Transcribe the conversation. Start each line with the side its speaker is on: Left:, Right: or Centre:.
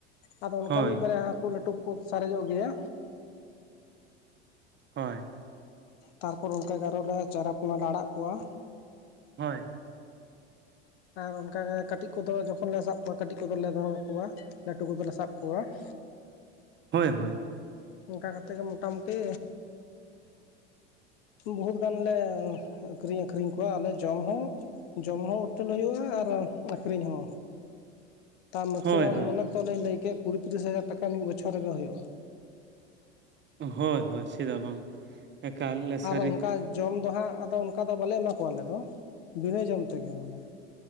Left: ᱟᱫᱚ ᱚᱱᱠᱟ
Right: ᱦᱳᱭ
Left: ᱢᱤᱫ ᱵᱟᱨᱭᱟ ᱦᱟᱹᱠᱩ ᱞᱟᱹᱴᱩ ᱠᱚ ᱥᱟᱨᱮᱡᱚᱜ ᱜᱮᱭᱟ
Right: ᱦᱳᱭ
Left: ᱛᱟᱨᱯᱚᱨ ᱚᱱᱠ ᱜᱮ ᱟᱨᱚ ᱞᱮ ᱪᱟᱨᱟᱯᱚᱱᱟ ᱞᱮ ᱟᱲᱟᱜ ᱠᱚᱣᱟ
Right: ᱦᱳᱭ
Left: ᱟᱨ ᱚᱱᱠᱟᱜᱮ ᱠᱟᱹᱴᱤᱡ ᱠᱚᱫᱚ ᱡᱚᱠᱷᱚᱱ ᱞᱮ ᱥᱟᱵ ᱠᱚᱣᱟ ᱠᱟᱹᱴᱤᱡ ᱠᱚᱫᱚᱞᱮ ᱫᱚᱦᱚ ᱠᱚᱣᱟ ᱞᱟᱹᱴᱩ ᱠᱚᱫᱚᱞᱮ ᱥᱟᱵ ᱠᱚᱣᱟ ᱾
Right: ᱦᱳᱭ ᱦᱳᱭ ᱾
Left: ᱚᱱᱠᱟ ᱠᱟᱛᱮ ᱜᱮ ᱢᱳᱚᱴᱟᱢᱩᱴᱤ ᱵᱚᱦᱩᱛ ᱜᱟᱱᱞᱮ ᱠᱨᱤᱧ ᱟᱹᱷᱨᱤᱧ ᱠᱚᱣᱟ ᱟᱞᱮ ᱡᱚᱢ ᱦᱚᱸ ᱡᱚᱢ ᱦᱚᱸ ᱩᱛᱟᱹᱱ ᱦᱩᱭᱩᱜᱼᱟ ᱟᱨ ᱟᱠᱠᱷᱨᱤᱧ ᱦᱚᱸ ᱾ ᱛᱟ ᱢᱮᱠᱥᱤᱢᱟᱢ
Right: ᱦᱳᱭ
Left: ᱚᱱᱮ ᱛᱚᱞᱧ ᱞᱟᱹᱭ ᱠᱮᱫ ᱠᱩᱲᱤ ᱛᱤᱨᱤᱥ ᱦᱟᱡᱟᱨ ᱴᱟᱠᱟ ᱢᱤᱫ ᱵᱚᱪᱷᱚᱨ ᱨᱮᱜᱮ ᱦᱳᱭᱳᱜᱼᱟ ᱾
Right: ᱦᱳᱭ ᱦᱳᱭ, ᱪᱮᱫᱟᱜ ᱵᱟᱝ? ᱮᱠᱟᱞ ᱥᱟᱹᱨᱤ
Left: ᱟᱨ ᱚᱱᱠᱟ ᱡᱚᱢ ᱫᱚ ᱦᱟᱸᱜ ᱟᱫᱚ ᱚᱱᱠᱟ ᱫᱚ ᱵᱟᱞᱮ ᱮᱢᱟ ᱠᱚᱣᱟ ᱟᱞᱮ ᱫᱚ ᱵᱤᱱᱟᱹ ᱡᱚᱢ ᱛᱮᱜᱮ ᱢᱟᱱᱮ,